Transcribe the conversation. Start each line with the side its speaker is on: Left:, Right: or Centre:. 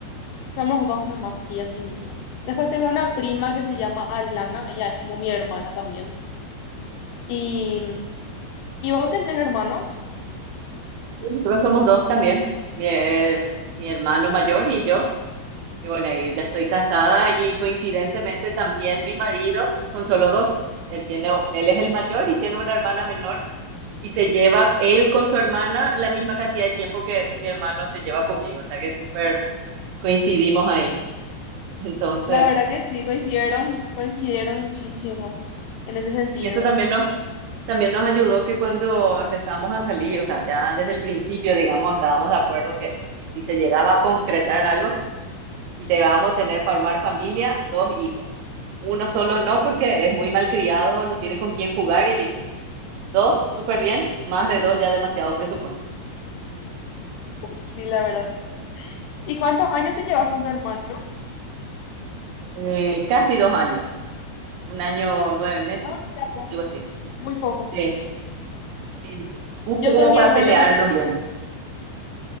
Left: Somos dos nomás, sí, así mismo. Después tengo una prima que se llama Alana, ella es como mi hermana también. ¿Y, ¿y vos tenés hermanos?
Right: Sí, nosotros somos dos también. Mi, es mi hermano mayor y yo. Y bueno, y ya estoy casada y coincidentemente también mi marido, son solo dos. Él tiene, él es el mayor y tiene una hermana menor y se lleva él con su hermana la misma cantidad de tiempo que mi hermano se lleva conmigo. O sea que súper coincidimos ahí. Entonces...
Left: La verdad que sí, coincidieron, coincidieron muchísimo en ese sentido.
Right: Y eso también nos,
Left: <laughs>
Right: también nos ayudó que cuando empezamos a salir, o sea, ya desde el principio, digamos, estábamos de acuerdo que, bueno, si se llegaba a concretar algo y llegábamos a tener, formar familia, dos hijos. Uno solo no, porque es muy malcriado, no tiene con quién jugar y dos, súper bien, más de dos ya demasiado presupuesto. <laughs>
Left: Sí, la verdad. ¿Y cuántos años te llevas con tu hermano?
Right: Eh, casi dos años, un año, nueve meses,
Left: Ah, o sea, poco,
Right: algo así.
Left: muy poco.
Right: Sí, sí, justo
Left: Yo
Right: como
Left: con mi
Right: para
Left: hermana
Right: pelearnos
Left: me llevo.
Right: bien,